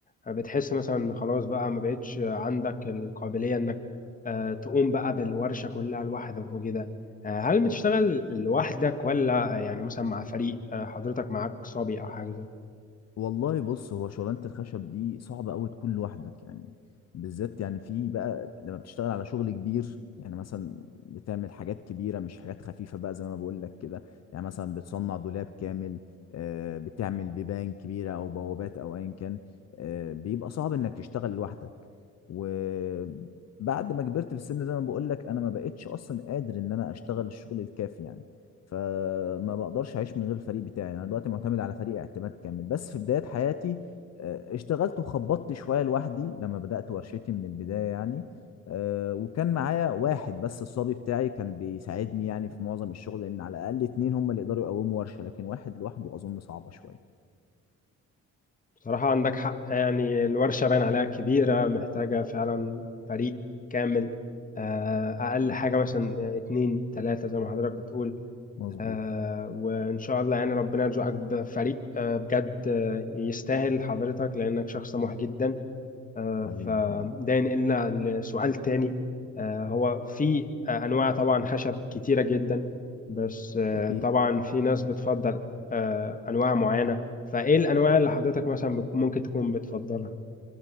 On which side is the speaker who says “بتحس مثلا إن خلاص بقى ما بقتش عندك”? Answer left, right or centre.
Left